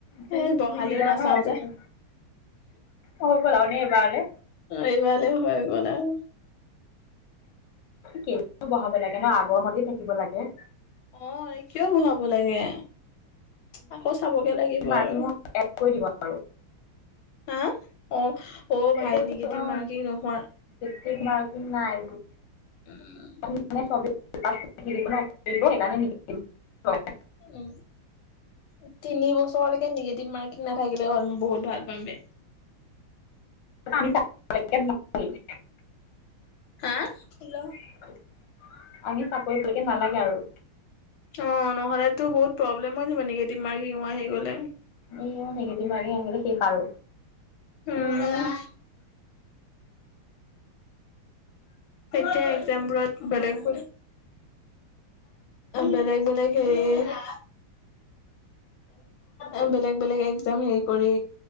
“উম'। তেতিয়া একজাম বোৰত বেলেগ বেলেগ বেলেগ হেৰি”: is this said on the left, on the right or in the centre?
Left